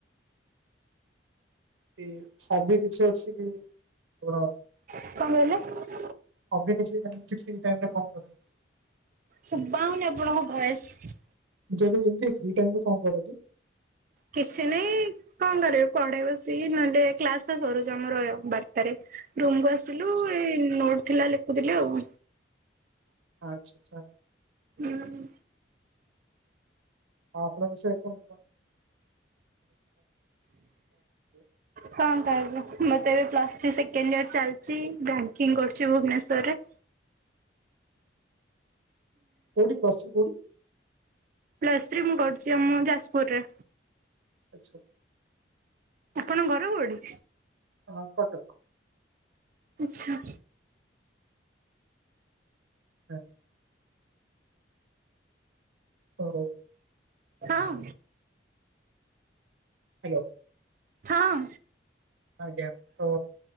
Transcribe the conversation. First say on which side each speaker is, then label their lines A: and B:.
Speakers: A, on the right; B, on the right.
A: <unintelligible> କିଛି ଅଛି କି ବଡ।
B: କଣ କହିଲେ?
A: ହବି କିଛି <unintelligible> ଟାଇମି ଟା କଣ କରନ୍ତୁ।
B: ଶୁଭା ହୁନି ଆପଣଙ୍କ ଭଏସ୍।
A: ଯଦି ଏମିତି ଫି ଟାଇମରେ କଣ କରନ୍ତି?
B: କିଛି ନାହିଁ। କଣ କରିବି ପଢେ ବସିକି ନହେଲେ କ୍ଲାସ ଟା ସରୁଛ ଆମର ବାରଟାରେ ରୁମ କୁ ଆସିଲୁ
A: <inaudible>
B: ଏଇ ନୋଟ ଥିଲା ଲେଖୁଥିଲି ଆଉ।
A: ଆଚ୍ଛା।
B: ହୁଁ।
A: ହଁ ଆପଣଙ୍କ ବିଷୟ <unintelligible>
B: କଣ କହିବୁ ମତେ ଏବେ ପ୍ଲସ୍ ଥ୍ରୀ ସେକେଣ୍ଡ ଇୟର ଚାଲିଛି ବ୍ୟାଙ୍କିଙ୍ଗ କରୁଛି ଭୁବନେଶ୍ରରେ।
A: କୋଉଠି ପ୍ଲସ ଥ୍ରି କୋଉଠି?
B: ପ୍ଲସ୍ ଥ୍ରୀ ମୁଁ କରୁଛି ଆମ ଯାଜପୁରରେ।
A: ଆଚ୍ଛା।
B: ଆପଣ ଘର କୋଉଠି?
A: ହଁ କଟକ।
B: ଆଚ୍ଛା।
A: ହୁଁ। ଜା ହୋଊ।
B: ହଁ।
A: ହ୍ୟାଲୋ।
B: ହଁ।
A: ଆଜ୍ଞା ତ